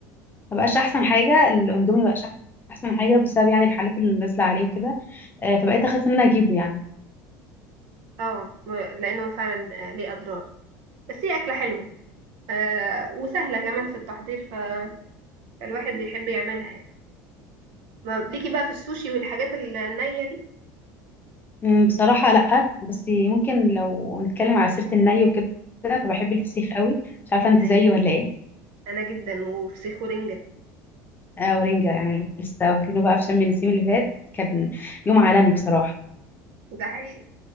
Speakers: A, on the left (about 25°); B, on the right (about 70°).
A: ما بقاش احسن حاجه الاندومي ما بقاش احسن حاجه بسبب يعني الحالات اللي نازله عليه وكده آه، فبقيت اخاف ان انا اجيبه يعني
B: اه ما- لانه فعلا آه، ليه اضرار بس هي اكله حلوه آه وسهله كمان في التحضير ف... فالواحد بيحب يعملها يعني ما ليكي بقى في السوشي والحاجات النيه دي
A: أمم، بصراحه لا بس ممكن لو نتكلم على سيره الني وكده فبحب الفسيخ قوي مش عارفه انت
B: ايوه
A: زيي ولا ايه
B: انا جدا وفسيخ ورنجه
A: آه ورنجه يعني لسه واكلينه بقى في شم النسيم اللي فات كان يوم عالمي بصراحه
B: ده حقيقي